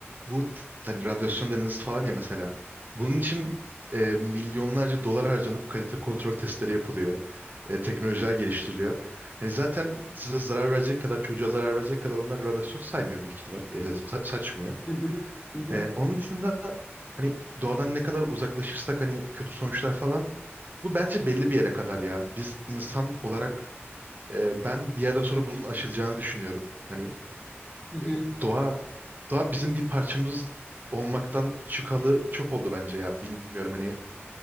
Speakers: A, on the right; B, on the left.
A: bu t- hani radyasyon deniz falan ya mesela bunun için e, milyonlarca dolar harcanıp kalite kontrol testleri yapılıyor. E, teknolojiler geliştiriliyor. Hani zaten size zarar verecek kadar çocuğa zarar verecek kadar onlar radyasyon saymıyor büyük ihtimal. E, sa- saçmıyor.
B: Hı hı, hı hı,
A: E, onun dışında hani doğadan ne kadar uzaklaşırsak hani kötü sonuçlar falan bu bence belli bir yere kadar ya. Biz insan olarak e, ben bir yerden sonra bunun aşılacağını düşünüyorum. Hani
B: hı hı.
A: e, doğa doğa bizim bir parçamız olmaktan çıkalı çok oldu bence ya bilmiyorum hani